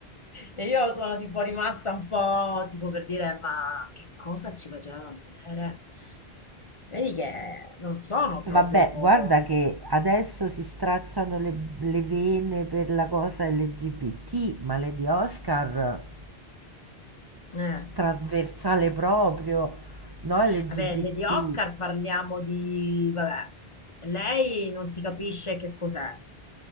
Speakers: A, on the left (about 35°); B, on the right (about 35°).
A: E io sono tipo rimasta un po' tipo per dire, ma che cosa ci facevano vedere? Vedi che non sono proprio...
B: Vabbè, guarda che adesso si stracciano le le vene per la cosa LGBT, ma Lady Oscar
A: Eh.
B: Trasversale proprio, no, LGBT.
A: Vabbè, Lady Oscar parliamo di... Vabbè, lei non si capisce che cos'è.